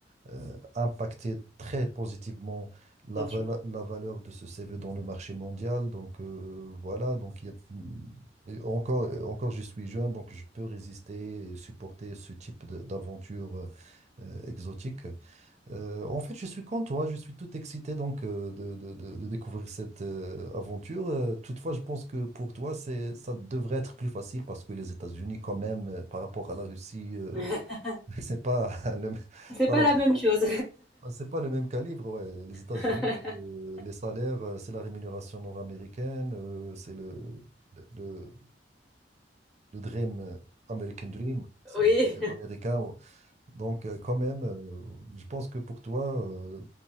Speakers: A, on the right; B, in the centre.
A: euh, impacter très positivement la,
B: bien
A: vale-
B: sûr.
A: la valeur de ce C V dans le marché mondial. Donc euh, voilà, donc il y a- et encore, encore je suis jeune, donc je peux résister et supporter ce type de- d'aventure euh, euh, exotique. Euh, en fait, je suis comme toi, je suis tout excité donc euh, de, de- de- de découvrir cette euh, aventure. Euh, toutefois, je pense que pour toi, c'est, ça devrait être plus facile parce que les États-Unis, quand même, euh, par rapport à la Russie, euh,
B: <laughs>
A: <laughs> c'est pas <laughs> le,
B: C'est
A: pas
B: pas
A: la-
B: la même chose.
A: ah, C'est pas le même calibre, ouais. Les États-Unis,
B: <laughs>
A: c'est, euh, les salaires, euh, c'est la rémunération nord-américaine, euh, c'est le, le, le- dream, euh, American Dream, c'est
B: Oui.
A: le rêve américain. Donc, euh, quand même, euh, je pense que pour toi, euh,